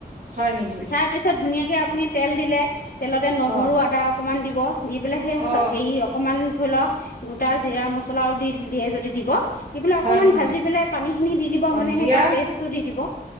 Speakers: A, on the right (about 55°); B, on the left (about 55°).
A: হয় নেকি
B: তাৰ পিছত ধুনীয়াকে আপুনি তেল দিলে তেলতে নহৰু
A: অ
B: আ আদা অকমান দিব দি পেলাই সেই
A: অ
B: হেৰি অকমান ধৰি লোৱা গোটা জিয়া মচলাও দি দিয়ে যদি দিব দি পেলাই
A: হয়
B: অকণমান
A: নেকি
B: ভাজি পেলাই পানী ভাজি খিনি দি দিব
A: অ
B: মানে
A: জিৰা
B: সেই তাৰ পেষ্টটো দি দিব